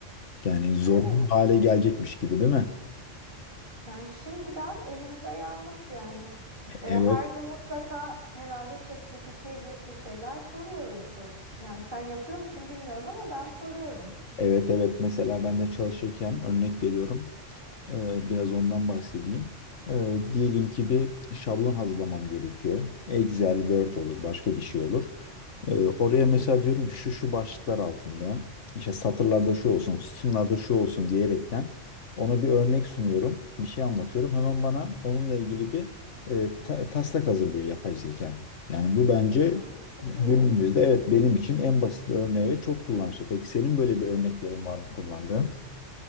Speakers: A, on the left (about 70°); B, on the right (about 40°).
A: Yani zorunlu
B: Evet.
A: hale gelecekmiş gibi değil mi?
B: Yani şimdiden elimiz ayağımız yani. E,
A: Evet,
B: her gün mutlaka herhalde ChatGPT'ye girip bir şeyler soruyoruzdur. Yani sen yapıyor musun bilmiyorum ama ben soruyorum.
A: evet evet. Mesela ben de çalışırken örnek veriyorum. Ee, Biraz ondan bahsedeyim. Ee, Diyelim ki bir şablon hazırlamam gerekiyor. Excel, Word olur, başka bir şey olur. Ee, oraya mesela diyorum ki şu şu başlıklar altında işte satırlarda şu olsun, sütunlarda şu olsun diyerekten ona bir örnek sunuyorum, bir şey anlatıyorum. Hemen bana onunla ilgili bir e, ta- taslak hazırlıyor yapay zeka. Yani bu bence
B: Aa, çok
A: günümüzde
B: iyi.
A: evet benim için en basit bir örneği ve çok kullanışlı. Peki senin böyle bir örneklerin var mı kullandığın?